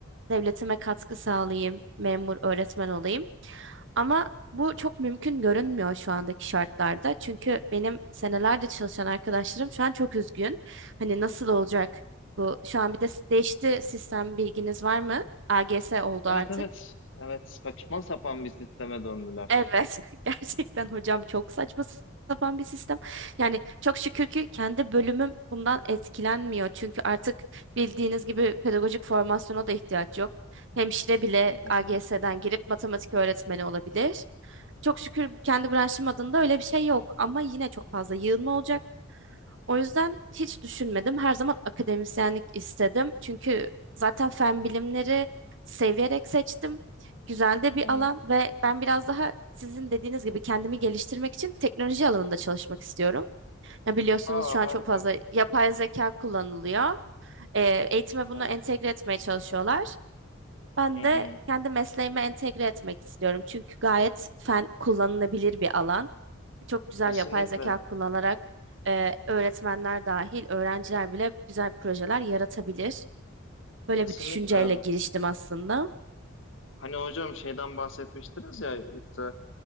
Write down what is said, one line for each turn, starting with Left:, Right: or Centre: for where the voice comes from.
Right: devletime katkı sağlayayım, memur, öğretmen olayım. Ama bu çok mümkün görünmüyor şu andaki şartlarda. Çünkü benim senelerde çalışan arkadaşlarım şu an çok üzgün. Hani nasıl olacak bu? Şu an bir de değişti sistem bilginiz var mı? AGS oldu
Left: Evet
Right: artık.
Left: evet, evet saçma sapan bir sisteme döndüler.
Right: Evet, <laughs> gerçekten hocam çok saçma sapan bir sistem. Yani çok şükür ki kendi bölümüm bundan etkilenmiyor. Çünkü artık bildiğiniz gibi pedagojik formasyona da ihtiyaç yok. Hemşire bile
Left: Hı hı.
Right: AGS'den girip matematik öğretmeni olabilir. Çok şükür kendi branşım adında öyle bir şey yok. Ama yine çok fazla yığılma olacak. O yüzden hiç düşünmedim. Her zaman akademisyenlik istedim. Çünkü zaten fen bilimleri seviyerek seçtim. Güzel de
Left: Hı hı.
Right: bir alan ve ben biraz daha sizin dediğiniz gibi kendimi geliştirmek için teknoloji alanında çalışmak istiyorum. Ya biliyorsunuz
Left: Aa
Right: şu an
Left: harika.
Right: çok fazla yapay zeka kullanılıyor. Ee, eğitime bunu
Left: Harika.
Right: entegre etmeye çalışıyorlar. Ben
Left: Hı hı.
Right: de kendi mesleğime entegre etmek istiyorum. Çünkü gayet fen kullanılabilir bir alan. Çok güzel
Left: Kesinlikle.
Right: yapay zeka kullanarak e, öğretmenler dahil öğrenciler bile güzel projeler yaratabilir. Böyle
Left: Kesinlikle.
Right: bir düşünceyle giriştim aslında.
Left: Hani hocam şeyden bahsetmiştiniz ya işte, e,